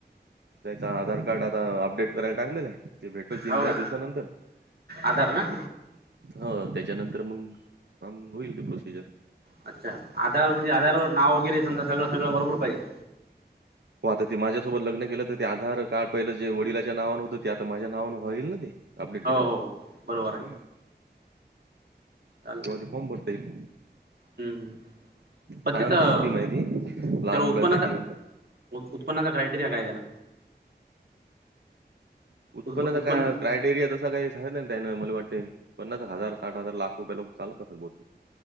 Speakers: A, on the right; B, on the right.
A: त्याचा आधार कार्ड आता अपडेट करायला टाकलेला आहे ते भेटेल तीन
B: हो
A: चार
B: का
A: दिवसानंतर
B: आधार ना
A: हो त्याच्यानंतर मग होईल ते प्रोसिजर
B: अच्छा आधार म्हणजे आधारवर नाव वगैरे समजा सगळं सगळं बरोबर पाहिजे
A: हो आता ते माझ्यासोबत लग्न केलं तर ते आधार कार्ड पहिलं जे वडिलांच्या नावांवर होतं ते आता माझ्या नावांवर होईल ना ते अपडेट
B: हो
A: केल्यावर
B: हो बरोबर आहे
A: हम्म
B: चालते
A: तेव्हा
B: ना
A: ते फॉर्म भरता येईल.
B: हम्म हम्म पण
A: छान
B: तिथं
A: स्कीम आहे ती लहान
B: त्याला उत्पन्नाचा
A: मुलांसाठी
B: उत्पन्नाचा क्रायटेरिया काय त्याला
A: उत्पन्नाचा
B: उत्प उत्पन्न
A: काय क्राय टेरिया तसा काही सांगितलंय त्या मला वाटते पन्नास हजार साठ हजार लाख रुपया लोक चालत असेल बोलते